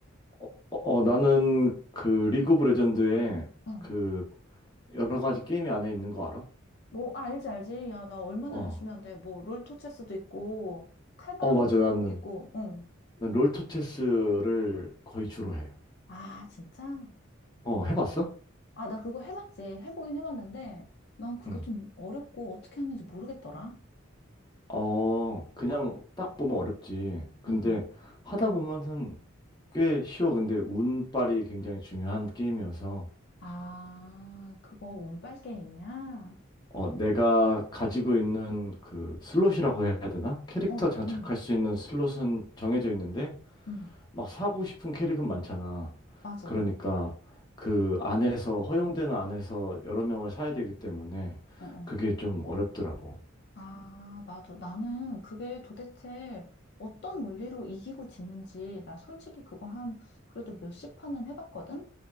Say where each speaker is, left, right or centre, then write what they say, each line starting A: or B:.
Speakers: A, on the left; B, on the left.
A: 어, 어, 나는 그 리그 오브 레전드에
B: 어.
A: 그 여러 가지 게임이 안에 있는 거 알아?
B: 뭐, 아, 알지, 알지. 야, 나 얼마나
A: 어,
B: 열심히 하는데. 뭐, 롤토체스도 있고, 칼바람도
A: 어, 맞아. 나는
B: 있고, 응.
A: 난 롤토체스를 거의 주로 해.
B: 아, 진짜?
A: 어, 해봤어?
B: 아, 나 그거 해봤지. 해보긴 해봤는데, 난 그게
A: 응.
B: 좀 어렵고 어떻게 하는지 모르겠더라.
A: 어, 그냥 딱 보면 어렵지. 근데
B: 응.
A: 하다 보면은 꽤 쉬워. 근데 운빨이 굉장히 중요한 게임이어서,
B: 아, 그거 운빨 게임이야?
A: 어, 내가 가지고 있는 그 슬롯이라고 해야 되나? 캐릭터
B: 어,
A: 장착할
B: 응,
A: 수 있는 슬롯은 정해져 있는데,
B: 응,
A: 막 사고 싶은 캐릭은 많잖아.
B: 맞아.
A: 그러니까
B: 어,
A: 그 안에서, 허용되는 안에서 여러 명을 사야 되기 때문에
B: 어,
A: 그게 좀 어렵더라고.
B: 아, 맞아. 나는 그게 도대체 어떤 원리로 이기고 지는지, 나 솔직히 그거 한, 그래도 몇십 판은 해봤거든?